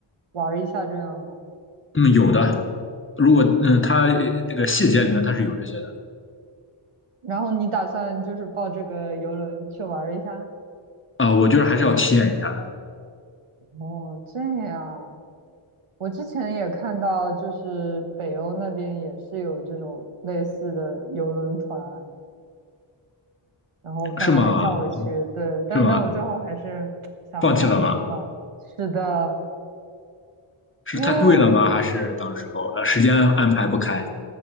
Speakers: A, on the right; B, on the left.
A: 玩儿一下这样吗？
B: 嗯，有的。如果嗯，它那个细节里面它是有这些的
A: 然后你打算就是报这个游轮去玩儿一下？
B: 啊、我觉得还是要体验一下的，
A: 哦，这样。我之前也看到，就是北欧那边也是有这种类似的游轮团，然后我朋友还叫我去，
B: 是吗？
A: 对，但但我最后还是想了想，
B: 是吗？放弃了吗？
A: 还是算了。是的，
B: 是太贵了吗？
A: 因为我
B: 还是当时候呃时间安排不开，